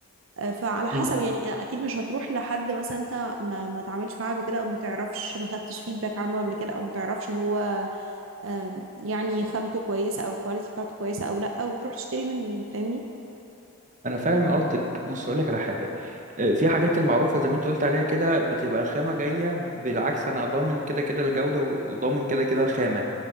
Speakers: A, on the right; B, on the right.
A: آه، فعلى حسب
B: مم.
A: يعني اكيد مش هتروح لحد مثلا انت ما ما تعاملش معاه قبل كده او ما تعرفش ما خدتش فيدباك عنه قبل كده او ما تعرفش هو آم، يعني خامته كويسه او الكواليتي بتاعته كويسه او لا وتروح تشتري منه يعني فاهمني
B: انا فاهم قصدك بص اقول لك على حاجه آه، في حاجات المعروفه زي ما انت قلت عليها كده بتبقى الخامه جايه بالعكس انا ضامن كده كده الجوده وضامن كده كده الخامه